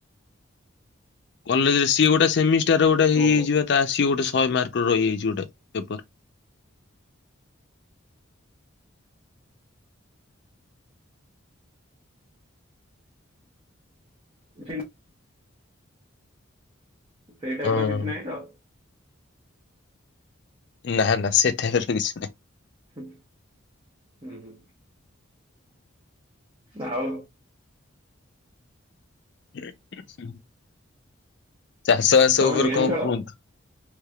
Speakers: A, on the left; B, on the right.
A: କଲେଜରେ ସିଏ ଗୋଟେ ସେମିଷ୍ଟାର ଗୋଟେ ହେଇ
B: ଓ
A: ହେଇ ଯିବା ତା ସିଏ ଗୋଟେ ଶହେ ମାର୍କ ରହିଯାଇଛି ଗୋଟେ ପେପର।
B: ହେଇ ସେଇ ଟାଇପ୍
A: ହଁ
B: ର କିଛି ନାହିଁ ତ।
A: ନା ନା ସେଠାର ତ କିଛି ନାହିଁ।
B: ହୁଁ ହୁଁ। ଆଉ।
A: ହୁଁ ଚାଷ ବାସ
B: ତମେ
A: ଉପରେ
B: ଗେମ୍
A: କଣ
B: ଖେଳ
A: କୁହନ୍ତୁ?